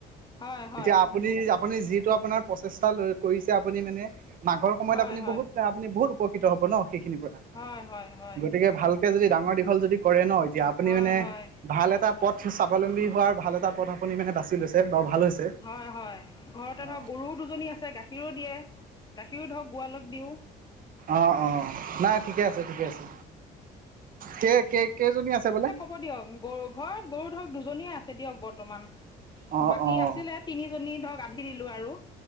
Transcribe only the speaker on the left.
হয় হয়
হয়
হয়
হয়, হয়, হয়।
হয়
হয়
হয়, হয় ঘৰতে
ধৰক গৰুও দুজনী আছে গাখীৰো দিয়ে। গাখীৰো ধৰক গোৱালক দিওঁ।
হ'ব দিয়ক, গৰু ঘৰত গৰু ধৰক দুজনীয়ে আছে দিয়ক বৰ্তমান,
বাকী
আছিলে তিনিজনী ধৰক <unintelligible> দিলোঁ আৰু।